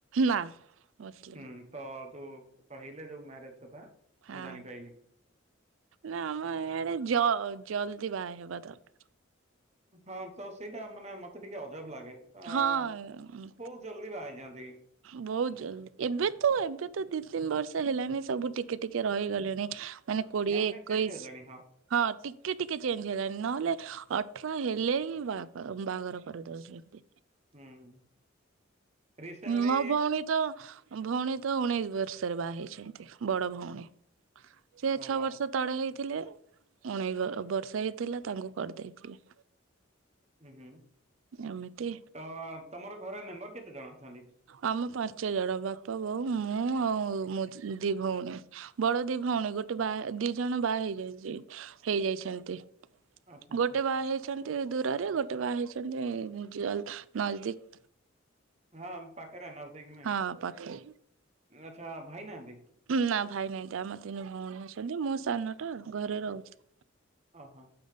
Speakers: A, on the right; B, on the right.
A: ନା। ମୁସଲିମ
B: ହୁଁ ତ ଯୋଉ କହିଲେ ଯୋଉ ମ୍ୟାରେଜ କଥା।
A: ହଁ
B: ମୁଁ ଜାଣିପାଇଲି।
A: ନା ଆମ ୟାଡେ ଯ ଯଲଦି ବାହା ହେବା ଦରକାର।
B: ହଁ ତ ସେଇଟା ମାନେ ମତେ ଟିକେ ଅଜବ ଲାଗେ ଆଁ ବୋହୁ
A: ହଁ
B: ଜଲ୍ଦି ବାହାହେଇଯାଆନ୍ତି।
A: ବହୁତ ଜଲଦି ଏବେ ତ ଏବେ ତ ଦି ତିନି ବର୍ଷ ହେଲାଣିି ସବୁ ଟିକେ ଟିକେ ରହିଗଲେଣି। ମାନେ କୋଡିଏ
B: ନା ମାନେ
A: ଏକୋଇଶି
B: ଚେଞ୍ଜ ହେଲାଣି
A: ହଁ ଟିକେ ଟିକେ ଚେଞ୍ଜ ହେଲାଣି ନହେଲେ ଅଠର ହେଲେ ହିଁ ବାହାଘର ବାହାଘର କରେଇ ଦଉ <inaudible>
B: ହୁଁ। ରିସେଣ୍ଟଲି
A: ମୋ ଭଉଣୀ ତ ଭଉଣୀ ତ ଉଣେଇଶି ବର୍ଷରେ ବାହା ହେଇଛନ୍ତି ବଡ ଭଉଣୀ ସେ
B: ଓ
A: ଛଅ
B: ବା
A: ବର୍ଷ ତଳେ ହେଇଥିଲେ ଉଣେଇ ବ ବର୍ଷ ହେଇଥିଲା ତାଙ୍କୁ କରିଦେଇଥିଲେ।
B: ଉଁ ହୁଁ
A: ଏମିତି
B: ତ ତମର ଘରେ ମେମ୍ବର କେତେ ଜଣ ଅଛନ୍ତି।
A: ଆମ ପାଞ୍ଚ ଜଣ ବାପା ବୋଉ ମୁଁ ଆଉ ମୋ ଯ ଦି ଭଉଣୀ। ବଡ ଦି ଭଉଣୀ ଗୋଟେ ବା ଦି ଜଣ ବା ହେଇଯାଇଚି ହେଇଯାଇଛନ୍ତି।
B: ଆଚ୍ଛା ଆଚ୍ଛା
A: ଗୋଟେ ବାହା ହେଇଛନ୍ତି ଦୂରରେ ଗୋଟେ ବାହା ହେଇଛନ୍ତି ଏଇ ନ ଯ ନଜଦିକ୍।
B: ହଁ ପାଖରେ ନଜଦିକ ନୁହେଁ
A: ହଁ ପାଖରେ
B: ଆଚ୍ଛା ଭାଇ ନାହାନ୍ତି।
A: ନା ଭାଇ ନାହିଁନ୍ତି ଆମ ତିନି ଭଉଣୀ ଅଛନ୍ତି ମୁଁ ସାନଟା ଘରେ ରହୁଛି।
B: ଓହୋ।